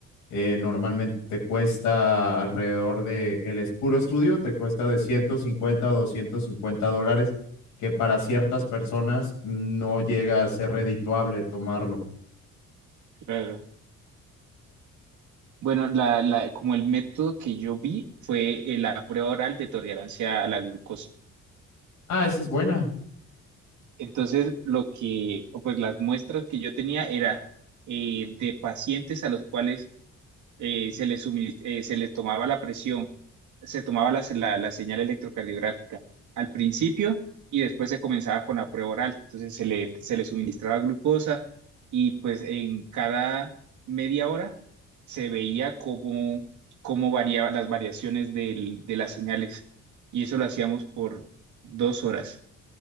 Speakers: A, on the left; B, on the right.
A: eh, normalmente te cuesta alrededor de, el es puro estudio, te cuesta de 150 a 250 dólares, que para ciertas personas no llega a ser redituable tomarlo.
B: claro. Bueno, la, la- como el método que yo vi fue eh, la prueba oral de tolerancia a la glucosa.
A: Ah, esa es buena.
B: Entonces, lo que, o pues las muestras que yo tenía era eh, de pacientes a los cuales eh, se les suminis- eh, se les tomaba la presión, se tomaba la, la- la señal electrocardiográfica al principio y después se comenzaba con la prueba oral. Entonces se le, se le suministraba glucosa y pues en cada media hora se veía cómo, cómo variaban las variaciones del- de las señales y eso lo hacíamos por dos horas.